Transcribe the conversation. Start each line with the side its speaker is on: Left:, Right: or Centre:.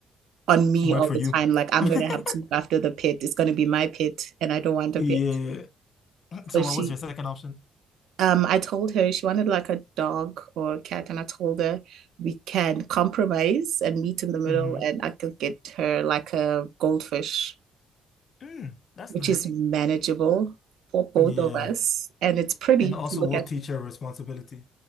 Right: on me
Left: Work
Right: all
Left: for
Right: the
Left: you.
Right: time.
Left: <laughs>
Right: Like I'm gonna have to look after the pet. It's gonna be my pet, and I don't want
Left: Yeah.
Right: a pet.
Left: So
Right: So she
Left: what was your second option?
Right: Um, I told her she wanted like a dog or a cat, and I told her we can compromise and meet in the middle,
Left: hmm
Right: and I could get her like a goldfish,
Left: Mm, that's
Right: which
Left: nice.
Right: is manageable for both
Left: Yeah.
Right: of us, and it's pretty
Left: And also
Right: to look
Left: we'll
Right: at.
Left: teach her responsibility.